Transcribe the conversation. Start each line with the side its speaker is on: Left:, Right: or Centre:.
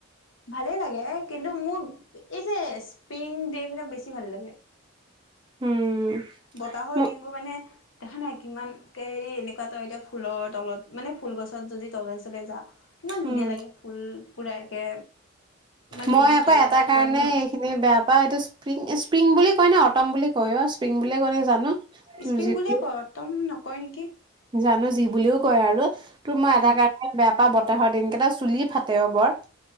Left: ভালেই লাগে কিন্তু মোৰ এই যে স্পী দে বিলাক বেছি ভাল লাগে।
Right: উম,
Left: বতাহৰ
Right: মো
Left: দিনবোৰ মানে দেখা নাই কিমান কে হেৰি? এনেকুৱা তো এতিয়া ফুলৰ তলত মানে ফুল গছত, যদি তলে চলে যা ইমান ধুনীয়া
Right: উম,
Left: লাগে ফুল পুৰা একে মানে
Right: মই
Left: উৰি
Right: আকৌ
Left: গাই
Right: এটা
Left: চাই
Right: কাৰণে
Left: পৰে ন
Right: এইখিনি বেয়া পাও, এইটো স্প্ৰিং-স্প্ৰিং বুলি কই ন অটম বুলি কয় অ' স্প্ৰিং বুলি ক ন জানো, তোৰ
Left: স্পিং
Right: যি
Left: বুলিয়ে
Right: বুলি
Left: কয়। তম নক কয় নেকি?
Right: জানো যি বুলিও কয় আৰু তোৰ মই
Left: উম
Right: এটা কাৰণে বেয়া তা বতাহৰত দিন কেইটা চুলি ফাটে অ বৰ।